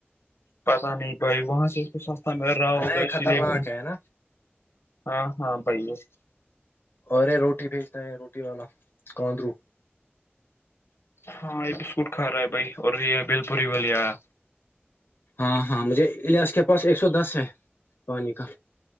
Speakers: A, on the left; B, on the left.
A: پتا نہیں بھائی وہاں سے اس کو سستا مل رہا
B: ہے
A: ہوگا
B: نا یہ خطرناک
A: سلے وہی
B: ہے
A: سےے
B: نا
A: ہاں ہاں بائیے
B: اوررے روٹی بھیجتا ہے روٹی والا کاندرو
A: ہاں یہ بسکٹ کھا رہا ہے بھائی اور یہ بل پوری وال آیا
B: ہاں ہاں مجھے لیاج کے پاس ایک سو دس ہے پانی کا